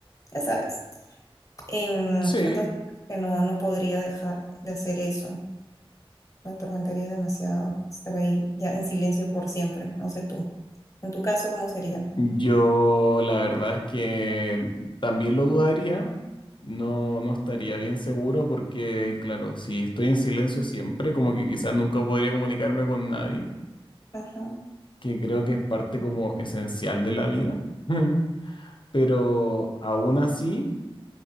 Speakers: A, on the left; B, on the left.
A: ya sabes. Em,
B: Sí,
A: entonces, que no, no podría dejar de hacer eso. Me atormentaría demasiado estar ahí ya en silencio por siempre, no sé tú. En tu caso, ¿cómo sería?
B: yo la verdad es que también lo dudaría. No, no estaría bien seguro porque, claro, si estoy en silencio siempre, como que quizás nunca podría comunicarme con nadie.
A: Ajá.
B: que creo que es parte como esencial de la vida, <laughs> pero aún así